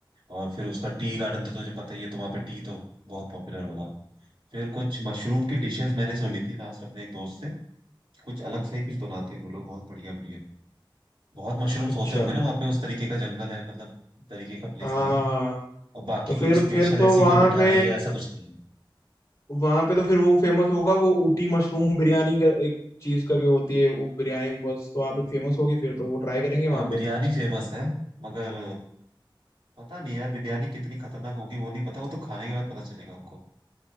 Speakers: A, on the right (about 75°); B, on the left (about 35°).
A: और फिर उसका टी गार्डन तो तुझे पता ही है तो वहां पे टी तो बहुत पॉपुलर होगा फिर कुछ मशरूम की डिशेस मैंने सुनी थी लास्ट अपने एक दोस्त से कुछ अलग से ही कुछ बनाते हैं वो लोग बहुत बढ़िया बढ़िया बहुत मशरूम्स
B: अच्छा
A: होते होंगे ना वहाँ पे उस तरीके का जंगल है मतलब तरीके का प्लेस
B: हाँ हाँ
A: है ना वो
B: हाँ।
A: और बाकी
B: तो फिर
A: कोई स्पेशल
B: फिर तो
A: ऐसी
B: वहां
A: कोई मिठाई
B: पे
A: या ऐसा कुछ नहीं है
B: वहां पे तो फिर वो फेमस होगा वो ऊटी मशरूम बिरयानी का एक चीज करके होती है वो बिरयानी बस तो वहां पे फेमस होगी फिर तो वो ट्राई करेंगे वहां
A: हाँ बिरयानी
B: पे
A: फेमस है मगर पता नहीं यार बिरयानी कितनी खतरनाक होगी वो नहीं पता वो तो खाने के बाद पता चलेगा उनको